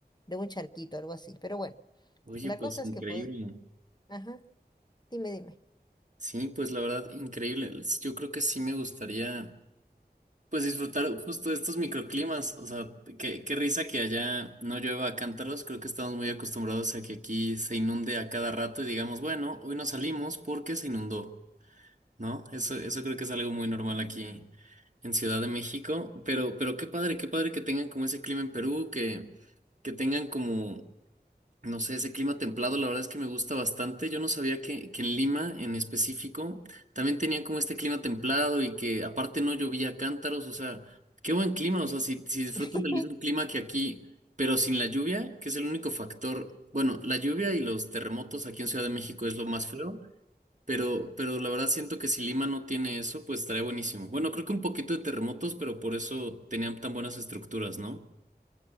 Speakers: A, on the left; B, on the right.
A: de un charquito, algo así. Pero bueno.
B: Oye,
A: La
B: pues
A: cosa es
B: increíble.
A: que, pod- ajá, dime, dime.
B: Sí, pues la verdad, increíble. Yo creo que sí me gustaría pues disfrutar justo de estos microclimas. O sea, qué, qué risa que allá no llueva a cántaros. Creo que estamos muy acostumbrados a que aquí se inunde a cada rato y digamos, bueno, hoy no salimos porque se inundó, ¿no? Eso, eso creo que es algo muy normal aquí en Ciudad de México. Pero, pero qué padre, qué padre que tengan como ese clima en Perú que que tengan como, no sé, ese clima templado, la verdad es que me gusta bastante. Yo no sabía que, que en Lima, en específico, también tenían como este clima templado y que aparte no llovía a cántaros, o sea, qué buen clima, o sea, si, si disfrutan
A: <laughs>
B: del mismo clima que aquí, pero sin la lluvia, que es el único factor, bueno, la lluvia y los terremotos aquí en Ciudad de México es lo más feo. Pero, pero la verdad siento que si Lima no tiene eso, pues estaría buenísimo. Bueno, creo que un poquito de terremotos, pero por eso tenían tan buenas estructuras, ¿no?